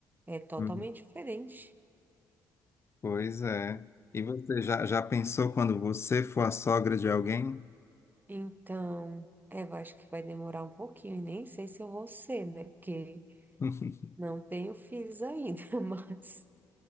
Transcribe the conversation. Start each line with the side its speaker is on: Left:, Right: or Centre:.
Right: É totalmente
Left: Hum.
Right: diferente.
Left: Pois é. E você já, já pensou quando você for a sogra de alguém?
Right: Então, é, eu acho que vai demorar um pouquinho, e nem sei se eu vou ser, né? Porque
Left: <laughs>
Right: não tenho filhos ainda, <laughs> mas